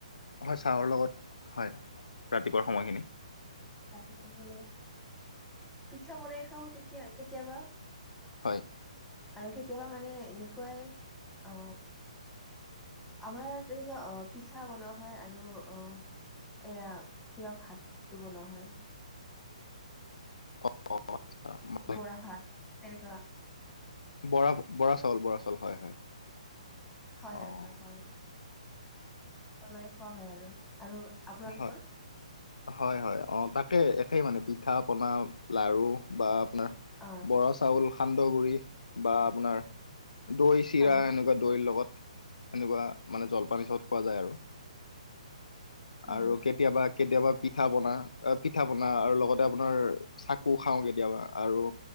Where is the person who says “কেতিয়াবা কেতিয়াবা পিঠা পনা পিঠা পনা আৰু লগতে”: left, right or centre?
Left